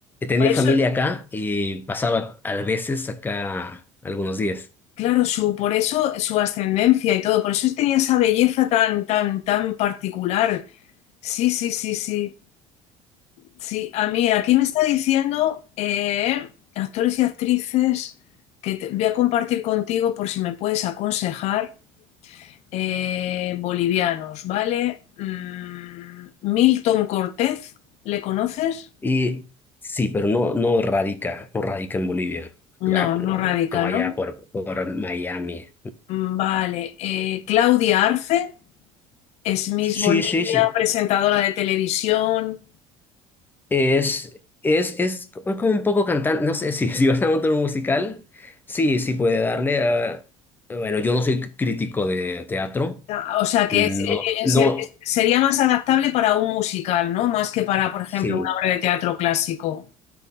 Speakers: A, on the left; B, on the left.
A: tenía
B: por eso,
A: familia acá y pasaba a veces acá algunos días.
B: claro, su, por eso su ascendencia y todo, por eso tenía esa belleza tan, tan, tan particular. Sí, sí, sí, sí. Sí, a mí aquí me está diciendo eh, actores y actrices que te- voy a compartir contigo por si me puedes aconsejar eh, bolivianos, ¿vale? Mm, Milton Cortez ¿le conoces?
A: Y sí, pero no, no radica, no radica en Bolivia,
B: No,
A: Ah, como,
B: no radica,
A: como
B: ¿no?
A: allá por, por Miami.
B: Mm, Vale. eh, Claudia Arce es Miss
A: Sí,
B: Bolivia,
A: sí, sí.
B: presentadora de televisión.
A: Es, es, es como como un poco cantante, no sé, si, <laughs> si vas a montar un musical, sí, sí puede darle a... Bueno, yo no soy crítico de teatro,
B: Ah, O sea que
A: No,
B: es-
A: no,
B: es- es- sería más adaptable para un musical, ¿no? Más que para, por ejemplo,
A: sí,
B: una obra de teatro clásico.